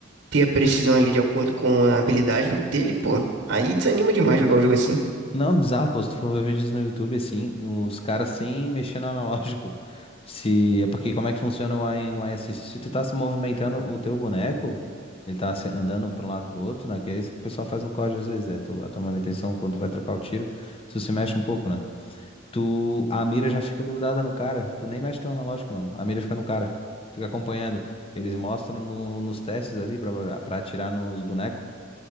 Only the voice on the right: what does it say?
ter a precisão ali de acordo com a habilidade do- dele, pô. Aí desanima demais jogar o jogo assim.